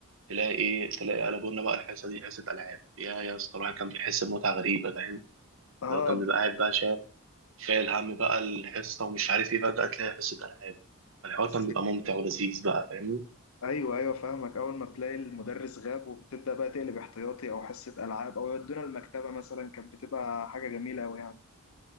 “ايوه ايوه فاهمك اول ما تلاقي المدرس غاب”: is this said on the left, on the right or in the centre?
Left